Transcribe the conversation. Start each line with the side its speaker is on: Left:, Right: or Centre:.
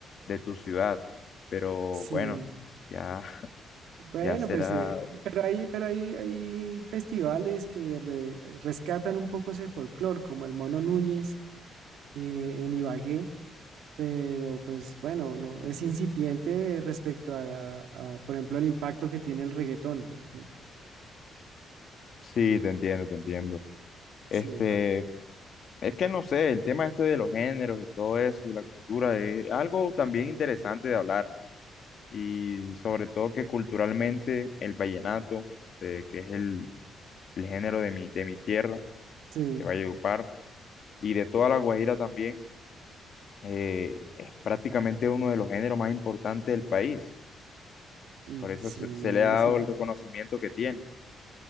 Left: de tu ciudad. Pero
Right: sí.
Left: bueno, ya, <laughs>
Right: Bueno,
Left: ya será
Right: pues, eh, pero hay, pero hay, hay festivales que re- rescatan un poco ese folclore, como el Mono Núñez eh, en Ibagué, pero pues bueno, no, es incipiente respecto a, a, por ejemplo, el impacto que tiene el reggaetón, por ejemplo.
Left: Sí, te entiendo, te entiendo. Este,
Right: Sí, entonces,
Left: es que no sé, el tema este de los géneros y todo eso y la cultura es algo también interesante de hablar y sobre todo que culturalmente el vallenato, eh, que es el, el género de mi, de mi tierra,
Right: sí,
Left: de Valledupar y de toda la Guajira también, eh, es prácticamente uno de los géneros más importantes del país.
Right: mm,
Left: Por eso
Right: sí,
Left: se, se le ha dado
Right: sí.
Left: el reconocimiento que tiene.